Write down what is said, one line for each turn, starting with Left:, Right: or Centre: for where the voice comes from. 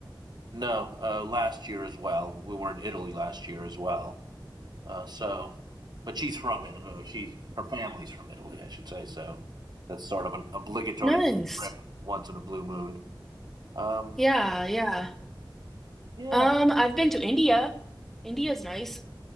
Right: no uh, last year as well we were in italy last year as well uh, so but she's from italy uh, she's her family's from italy i should say so that's sort of an obligatory
Centre: Nice.
Right: trip once in a blue moon um,
Centre: Yeah, yeah.
Right: yeah
Centre: Um, I've been to India. India's nice.